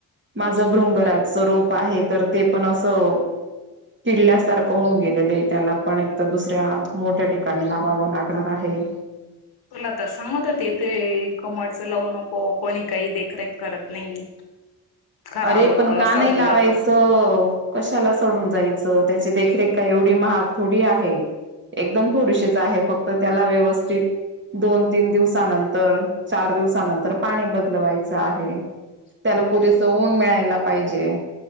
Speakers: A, on the right; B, on the left.
A: माझं भृंगराजचं रोप आहे तर ते पण असं किडल्यासारखं होऊन गेलेलं त्याला पण एक तर दुसऱ्या मोठ्या ठिकाणी लावावं लागणार आहे.
B: तुला तर सांगत तथे कमडचं लावू नको कोणी काही देखरेख करत नाही. खराब
A: अरे
B: होत
A: पण का
B: सडून
A: नाही लावायचं.
B: जात
A: कशाला सडून जायचं त्याची देखरेख का एवढी महाग थोडी आहे. एकदम थोडीशीच आहे फक्त त्याला व्यवस्थित दोन तीन दिवसानंतर चार दिवसानंतर पाणी बदलवायचं आहे. त्याला पुरे सवून मिळायला पाहिजे